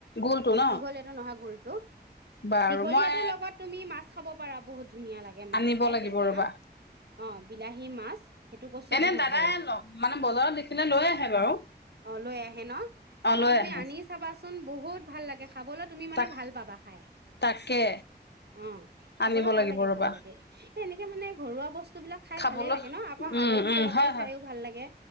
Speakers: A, on the left; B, on the right.
A: গোলটো ন
B: দীঘলীয়াটো নহয় গোলটো
A: বাৰু
B: দীঘলীয়াটোৰ
A: মই
B: লগত তুমি মাছ খাব পাৰা বহুত ধুনীয়া লাগে মাছ
A: আনিব
B: খাই
A: লাগিব
B: টেঙা,
A: ৰবা
B: অ', বিলাহী মাছ সেইটো কছো
A: এনে
B: বহুত
A: দাদাই
B: ভাল লাগে।
A: মানে বজাৰত দেখিলে লৈ আহে বাৰু
B: অ, লৈ আহে ন অ',
A: লৈ
B: তুমি
A: আহে
B: আনি চাবাচোন। বহুত ভাল লাগে খাবলৈ তুমি মানে
A: তাক
B: ভাল পাবা খাই,
A: তাকে
B: অ
A: আনিব
B: খাবলৈ ভাল
A: লাগিব
B: লাগে,
A: ৰবা
B: ভাল লাগে, এ এনেকে মানে ঘৰুৱা বস্তু বস্তুবিলাক খাই
A: খাবলৈ
B: ভালেই লাগে ন আকৌ হালধি
A: উম উম
B: তৰকাৰী
A: হয় হয়
B: খায়ো ভাল লাগে,